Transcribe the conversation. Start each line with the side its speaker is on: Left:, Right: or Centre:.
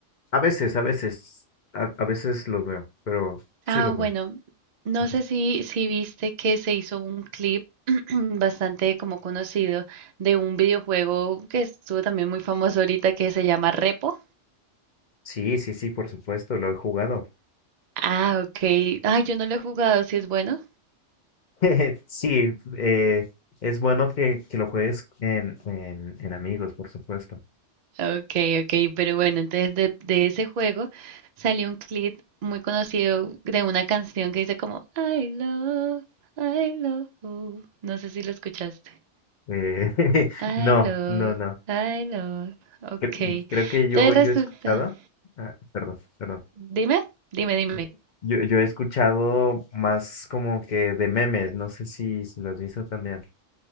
Left: a veces, a veces, a, a veces los veo, pero sí
Right: Ah,
Left: los
Right: bueno,
Left: veo.
Right: no
Left: Ajá.
Right: sé si, si viste que se hizo un clip <clears throat> bastante como conocido de un videojuego que estuvo también muy famoso ahorita que se llama Repo.
Left: Sí, sí, sí, por supuesto, lo he jugado.
Right: Ah, ok. Ah, yo no lo he jugado, si es bueno.
Left: <laughs> Sí, eh, es bueno que, que lo juegues en, en, en amigos, por supuesto.
Right: Okay, okay, pero bueno, entonces de, de ese juego salió un clip muy conocido de una canción que dice como I love, I love, you". no sé si lo escuchaste.
Left: Eh, <laughs>
Right: I
Left: no,
Right: love,
Left: no, no.
Right: I love, okay.
Left: Cre- Creo que yo,
Right: Entonces resulta,
Left: yo he escuchado, ah, perdón, perdón.
Right: dime, dime, dime.
Left: eh, yo, yo he escuchado más como que de memes, no sé si, si lo has visto también.